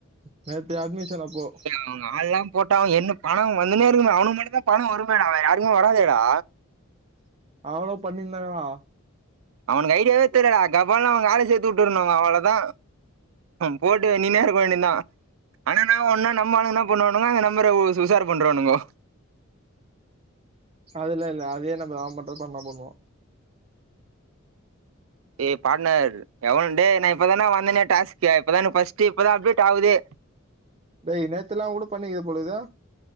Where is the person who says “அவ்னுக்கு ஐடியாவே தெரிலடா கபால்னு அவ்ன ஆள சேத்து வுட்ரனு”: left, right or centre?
Right